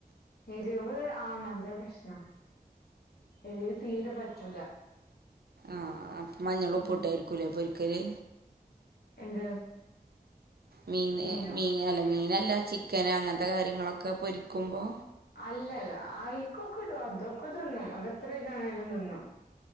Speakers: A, on the left (about 75°); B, on the right (about 75°).
A: എരിവ് ആനല്ല പ്രശ്ന എരിവ് തീരെ പറ്റൂല
B: ആഹ മഞ്ഞൾ ഉപ്പൂട്ടായിരിക്കൂലേ
A: ഉം
B: പൊരിക്കല്
A: എന്ത്
B: മീന്
A: മീനോ
B: മീന് മീനല്ല ചിക്കന് അങ്ങനത്തെ കാര്യങ്ങളൊക്കെ പൊരിക്കുമ്പോ
A: അല്ലല്ല ആഐക്കൊക്കെടും അതൊക്കെ തിന്നും അതെത്രരുണേലും തിന്നും